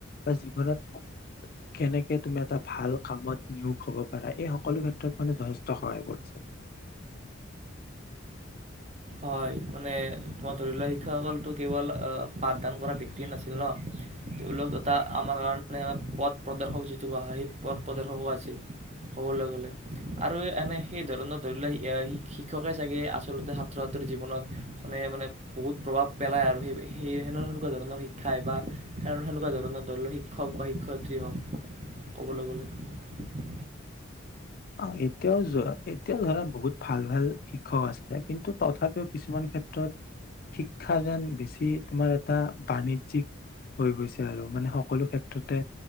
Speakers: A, on the left (about 45°); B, on the right (about 35°).
A: বা জীৱনত কেনেকে তুমি এটা ভাল কামত নিয়োগ হব পাৰা এই সকলো ক্ষেত্ৰত মানে যথেষ্ট সহায় কৰিছে
B: হয় মানে মই ধৰি লোৱা শিক্ষকসকলতো কেৱল পাঠদান কৰা ব্যক্তিয়ে নাছিল ন তেওঁলোক এটা আমাৰ কাৰণে পথ প্ৰদৰ্শক যিটো কোৱা হয় সেই পথ প্ৰদৰ্শকো আছিল ক'বলৈ গ'লে আৰু এনে সেই ধৰণৰ ধৰি লোৱা শিক্ষকে চাগে আচলতে ছাত্ৰ ছাত্ৰৰ জীৱনত মানে মানে বহুত প্ৰভাৱ পেলায় আৰু সেই সেই সেনে সেনেকুৱা ধৰণৰ শিক্ষাই বা সেনে সেনেকুৱা ধৰণৰ ধৰি লওক শিক্ষক বা শিক্ষয়িত্ৰী হওক ক'বলৈ গ'লে
A: অ এতিয়াও এতিয়াও ধৰা বহুত ভাল ভাল শিক্ষক আছে কিন্তু তথাপিও কিছুমান ক্ষেত্ৰত শিক্ষা যেন বেছি তোমাৰ এটা বাণিজ্যিক হৈ গৈছে আৰু মানে সকলো ক্ষেত্ৰতে